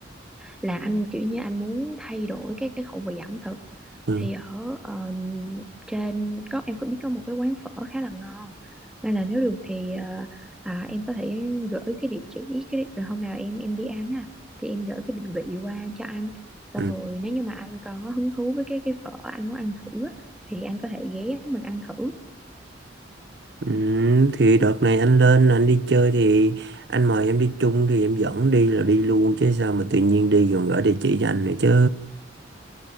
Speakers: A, in the centre; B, on the right.
A: là anh kiểu như anh muốn thay đổi cái cái khẩu vị ẩm thực
B: ừ,
A: thì ở ờ, trên có em có biết có một cái quán phở khá là ngon nên là nếu được thì ờ, à, em có thể gửi cái địa chỉ cái rồi hôm nào em em đi ăn ha thì em gửi cái định vị qua cho anh xong
B: ừ.
A: rồi nếu như mà anh có hứng thú với cái cái phở anh muốn ăn thử á, thì anh có thể ghé mình ăn thử
B: Ừ, thì đợt này anh lên anh đi chơi thì anh mời em đi chung thì em dẫn đi là đi luôn chứ sao mà tự nhiên đi còn gửi địa chỉ cho anh nữa chứ